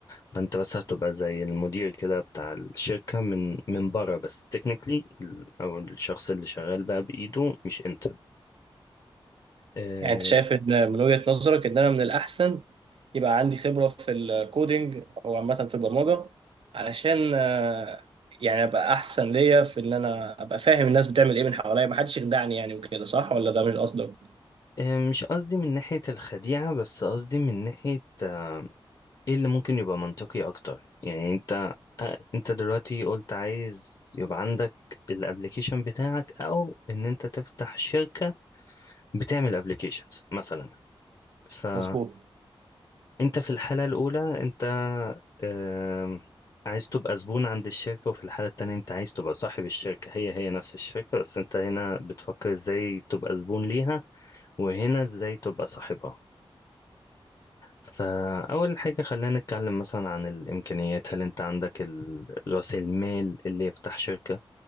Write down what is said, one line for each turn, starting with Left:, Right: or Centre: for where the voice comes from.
Left: فانت بس هتبقى زي المدير كده بتاع الشركة من من بره بس تكنيكلي او الشخص اللي شغال بقى بايده مش انت آه،
Right: يعني انت شايف ان من وجهه نظرك ان انا من الاحسن يبقى عندي خبره في الكودينج او عامه في البرمجه علشان آه، يعني ابقى احسن ليا في ان انا ابقى فاهم الناس بتعمل ايه من حواليا ما حدش يخدعني يعني وكده صح ولا ده مش قصدك
Left: آه، مش قصدي من ناحية الخديعة بس قصدي من ناحية آه، ايه اللي ممكن يبقى منطقي اكتر يعني انت آه، انت دلوقتي قلت عايز يبقى عندك الابليكيشن بتاعك او ان انت تفتح شركة بتعمل ابلكيشنز مثلا فانت
Right: مظبوط
Left: في الحاله الاولى انت آم، عايز تبقى زبون عند الشركه وفي الحاله التانيه انت عايز تبقى صاحب الشركه هي هي نفس الشركه بس انت هنا بتفكر ازاي تبقى زبون ليها وهنا ازاي تبقى صاحبها فاول حاجه خلينا نتكلم مثلا عن الامكانيات هل انت عندك ال- راس المال اللي يفتح شركه